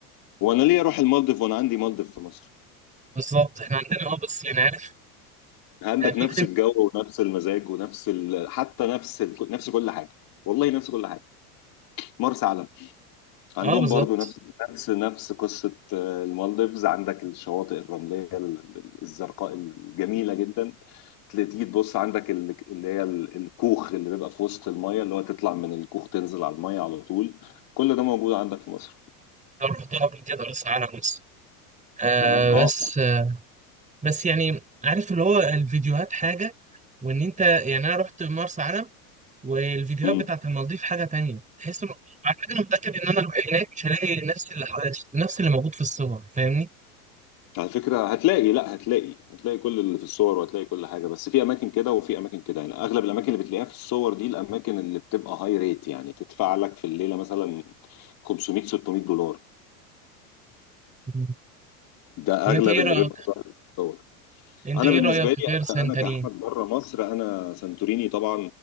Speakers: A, on the left; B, on the right.
A: وانا ليه اروح المالديف وانا عندي مالديف في مصر
B: بالظبط احنا عندنا اه بس يعني عارف
A: عندك
B: آه، فكره
A: نفس الجو ونفس المزاج ونفس ال... حتى نفس ال... نفس كل حاجة والله نفس كل حاجة مرسى علم عندهم
B: اه بالظبط
A: برضو نفس نفس نفس قصة آه، المالديفز عندك الشواطئ الرملية ال- ال- الزرقاء الجميلة جدا تيجي تبص عندك ال- اللي هي ال- الكوخ اللي بيبقى في وسط المية اللي هو تطلع من الكوخ تنزل على المية على طول كل ده موجود عندك في مصر
B: لو رحتها قبل كده بس على مصر آه
A: فاهم اه
B: بس بس يعني عارف اللي هو الفيديوهات حاجة وان انت يعني انا رحت مرسى علم والفيديوهات
A: امم
B: بتاعت المالديف حاجة تانية تحس انه على فكرة انا متأكد ان انا اروح هناك مش هلاقي نفس اللي حوالي- نفس اللي موجود في الصور فاهمني
A: على فكرة هتلاقي لا هتلاقي هتلاقي كل اللي في الصور وهتلاقي كل حاجة بس في أماكن كده وفي أماكن كده يعني أغلب الأماكن اللي بتلاقيها في الصور دي الأماكن اللي بتبقى هاي ريت يعني تدفع لك في الليلة مثلا 500 600 دولار
B: مم.
A: ده
B: طب انت
A: أغلب
B: ايه
A: اللي
B: رأيك
A: بيبقى ظاهر في الصور
B: انت
A: أنا
B: ايه
A: بالنسبة
B: رأيك
A: لي
B: غير سانتارين
A: أنا أنا كأحمد بره مصر أنا سانتوريني طبعا